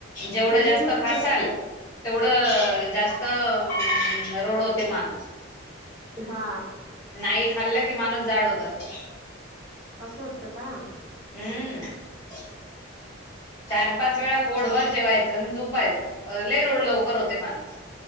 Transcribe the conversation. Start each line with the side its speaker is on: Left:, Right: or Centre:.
Left: जेवढं
Right: तुमचा
Left: जास्त
Right: दिवसभर
Left: खसाल तेवढं जास्त तर रोड होते माणूस
Right: हा
Left: नाही खाल्लं की माणूस जाड होत असत
Right: असं असतं का?
Left: हम्म चार
Right: हम्म
Left: पाच वेळा रोडवरर जेवायचं आणि झुपायचं ले रोड लवकर होते. माणूस